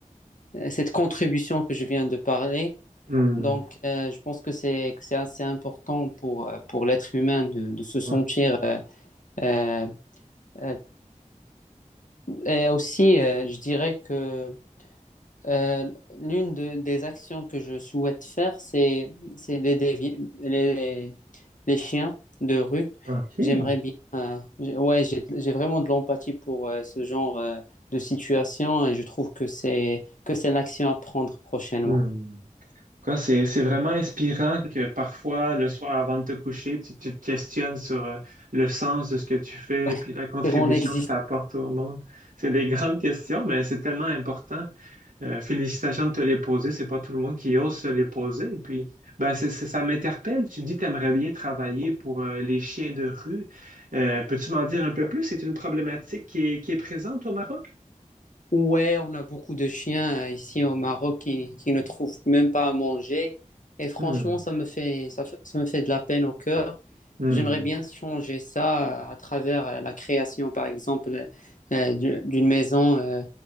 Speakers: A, on the left; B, on the right.
A: cette contribution que je viens de parler.
B: Hmm.
A: Donc, euh, je pense que c'est que c'est assez important pour euh, pour l'être humain de, de se sentir
B: Ouais.
A: euh, euh, euh, et aussi euh, je dirais que euh, l'une de- des actions que je souhaite faire c'est c'est d'aider vi- les les chiens de rue.
B: OK.
A: J'aimerais bien euh, j'ai- ouais j'ai j'ai vraiment de l'empathie pour euh, ce genre euh, de situation et je trouve que c'est que c'est une action à prendre prochainement.
B: Hmm.
A: <laughs>
B: Quoi, c'est, c'est vraiment inspirant que parfois, le soir avant de te coucher, tu, tu te questionnes sur euh, le sens de ce que tu fais
A: Ouais,
B: puis la contribution
A: sur mon existence.
B: que tu apportes au monde. C'est des <laughs> grandes questions, mais c'est tellement important. Euh, félicitations de te les poser. C'est pas tout le monde qui ose se les poser. Et puis, ben, c'est, c'est- ça m'interpelle. Tu dis, t'aimerais bien travailler pour euh, les chiens de rue. Euh, peux-tu m'en dire un peu plus? C'est une problématique qui est, qui est présente au Maroc?
A: Ouais, on a beaucoup de chiens euh, ici au Maroc qui, qui ne trouvent même pas à manger. Et franchement,
B: Hmm,
A: ça me fait, ça, fait- ça me fait de la peine au cœur.
B: hmm,
A: J'aimerais bien changer ça euh, à travers euh, la création, par exemple, euh, du- d'une maison euh,